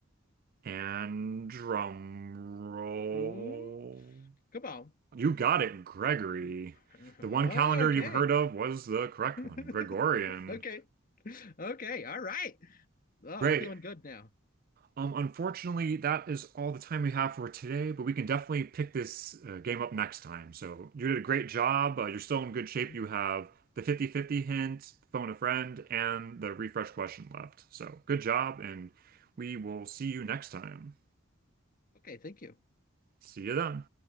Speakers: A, on the right; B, on the left.
A: And drum roll.
B: Ooh, come on.
A: You got it, Gregory.
B: Okay.
A: The one calendar you've heard of was the correct
B: <laughs>
A: one, Gregorian.
B: okay. Okay. All right. Oh, I'm
A: Great.
B: feeling good now.
A: Um, unfortunately, that is all the time we have for today, but we can definitely pick this uh, game up next time. So you did a great job. Uh, you're still in good shape.
B: <laughs>
A: You have the fifty-fifty hint, phone a friend, and the refresh question left. So good job, and we will see you next time.
B: Okay. Thank you.
A: See you then.